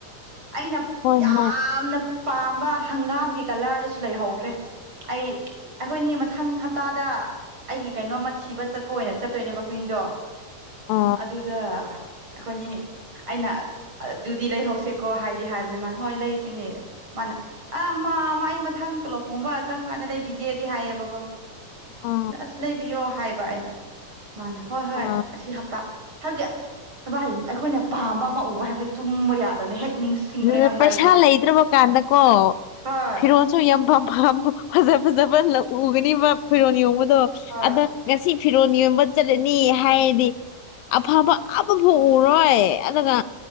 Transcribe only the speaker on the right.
ꯑꯩꯅ
ꯌꯥꯝꯅ
ꯄꯥꯝꯕ ꯍꯪꯒꯥꯝꯒꯤ ꯀꯂꯔꯗꯁꯨ ꯂꯩꯍꯧꯈ꯭ꯔꯦ ꯑꯩ ꯑꯩꯈꯣꯏꯅꯤ ꯃꯊꯪ ꯍꯞ ꯇꯥꯗ ꯑꯩꯒꯤ ꯀꯩꯅꯣꯝꯃ ꯊꯤꯕ ꯆꯠꯄ ꯑꯣꯏꯅ ꯆꯠꯇꯣꯏꯅꯦꯕ ꯑꯈꯣꯏꯅꯤꯗꯣ
ꯑꯗꯨꯗ ꯑꯩꯈꯣꯏꯅꯤ ꯑꯩꯅ ꯑꯗꯨꯗꯤ ꯂꯩꯍꯧꯁꯦ ꯀꯣ ꯍꯥꯏꯗꯤ ꯍꯥꯏꯕꯅꯦ ꯃꯥ ꯍꯣꯏ ꯂꯩꯁꯦꯅꯦ ꯃꯥꯅ ꯑꯥ ꯃꯥ ꯃꯥꯏ ꯃꯊꯪ ꯇꯣꯂꯣꯞ ꯒꯨꯝꯕ ꯆꯪꯕꯀꯥꯟꯗ ꯂꯩꯕꯤꯒꯦꯗꯤ ꯍꯥꯏꯌꯦꯕꯀꯣ
ꯑꯗꯥ ꯑꯁ ꯂꯩꯕꯤꯌꯣ ꯍꯥꯏ ꯕ ꯑꯩꯅ ꯃꯥꯅ ꯍꯣꯏ ꯍꯣꯏ
ꯑꯁꯤ ꯍꯞ ꯇ ꯍꯥꯏꯕꯗꯤ ꯚꯥꯏ ꯑꯩꯈꯣꯏꯅ ꯄꯥꯝꯕ ꯑꯃ ꯎꯕ ꯍꯥꯏꯕꯁꯦ ꯇꯨꯝꯕ ꯌꯥꯗꯕꯅꯦ ꯍꯦꯛ ꯅꯤꯡꯁꯤꯡꯕꯅꯦ
ꯈꯪꯕ꯭ꯔꯥ
ꯑꯩꯗꯤ
ꯍꯣꯏ
ꯍꯣꯏ